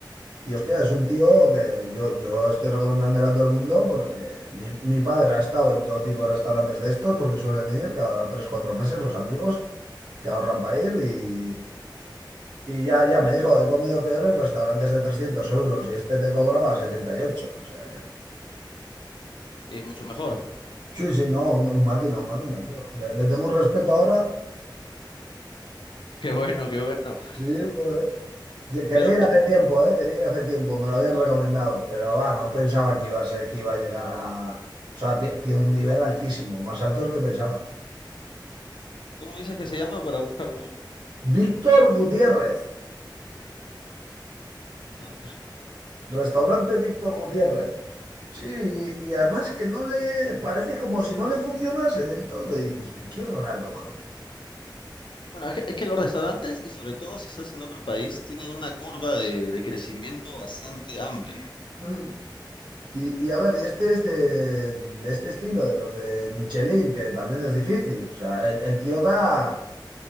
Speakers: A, on the right; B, on the left.
A: y hostia, es un tío que yo, yo estoy recomendándole a todo el mundo porque mi, mi padre ha estado en todo tipo de restaurantes de estos porque suelen ir cada tres cuatro meses los amigos que ahorran para ir y, y ya, ya me dijo, he comido peor en restaurantes de 300 euros y este te cobraba 78, o sea...
B: Y mucho mejor.
A: Sí, sí, no, un, un máquina, un máquina, tío. Le, le tengo un respeto ahora.
B: Qué bueno, qué bueno.
A: Sí, joder. Ye- Quería
B: Pero,
A: ir hace
B: eh,
A: tiempo, ¿eh? Quería ir hace tiempo, me lo habían recomendado, pero va, no pensaba que iba a ser, que iba a llegar a... O sea, tie- tiene un nivel altísimo, más alto del que pensaba.
B: ¿cómo dices que se llama para buscarlo?
A: Víctor Gutiérrez,
B: A ver.
A: restaurante Víctor Gutiérrez. Sí, y, y además que no le... Parece como si no le funcionase del todo. Y dices, pero qué raro, joder.
B: Bueno, es que, es que los restaurantes, y sobre todo si estás en otro país, tienen una curva de, de crecimiento bastante amplia.
A: Mm. Y, y a ver, y este es de, de este estilo, de los de Michelin, que también es difícil. O sea, el, el tío da,